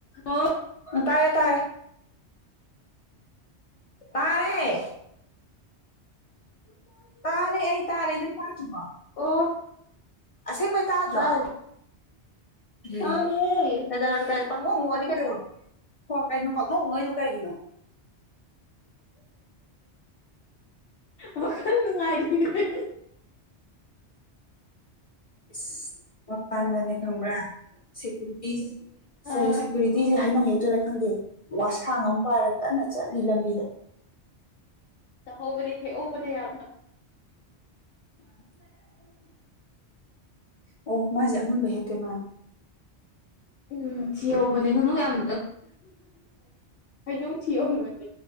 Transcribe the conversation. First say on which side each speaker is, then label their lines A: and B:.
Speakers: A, on the left (about 75°); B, on the left (about 50°).
A: ꯑꯣ
B: <inaudible> ꯇꯥꯔꯦ ꯇꯥꯔꯦ ꯇꯥꯔꯦ ꯇꯥꯔꯦ ꯑꯩ ꯇꯥꯔꯦ ꯅꯪ ꯇꯥꯗ꯭ꯔꯤꯕꯣ
A: ꯑꯣ
B: ꯑꯁꯦꯡꯕꯩ ꯇꯥꯗ꯭ꯔꯣ
A: ꯇꯥꯔꯦ
B: ꯎꯝ
A: ꯇꯥꯔꯦ
B: ꯀꯗꯧꯔꯒꯦ ꯇꯥꯢꯞ ꯄꯪꯅꯣꯛ ꯅꯣꯛꯑꯗꯤ ꯀꯩꯗꯧꯔꯕ ꯍꯣ ꯀꯩꯅꯣ ꯄꯪꯅꯣꯛ ꯅꯣꯛꯏꯗꯣ ꯀꯩꯒꯤꯅꯣ
A: ꯋꯥꯈꯜ ꯅꯨꯡꯉꯥꯏꯔꯤꯌꯦ
B: ꯏꯁ ꯃꯄꯥꯟꯗꯅꯦ ꯈꯪꯕ꯭ꯔꯥ ꯁꯦꯀꯨꯔꯤꯇꯤꯁꯤꯡ
A: ꯑꯥ
B: ꯁꯔꯒꯤ ꯁꯦꯀ꯭ꯌꯨꯔꯤꯇꯤꯖꯦ ꯍꯩꯅꯧ ꯍꯦꯛꯇꯣꯏꯔꯥ ꯈꯪꯗꯦ ꯋꯥꯁꯥꯡ ꯑꯃ ꯄꯥꯔ ꯀꯟꯅ ꯆꯠꯂꯤ ꯂꯝꯕꯤꯗ
A: ꯇꯧꯍꯧꯕꯅꯦ ꯍꯦꯛꯍꯧꯕꯅꯦ ꯌꯥꯝꯅ
B: <inaudible> ꯑꯣ ꯃꯥꯁꯦ ꯑꯃꯨꯟꯕ ꯍꯦꯛꯇꯣꯏ ꯃꯥꯟ
A: ꯎꯝ ꯊꯤꯍꯧꯕꯅꯦ ꯃꯗꯨ ꯌꯥꯝ ꯑꯗꯨ ꯊꯤꯍꯧꯕꯅꯦ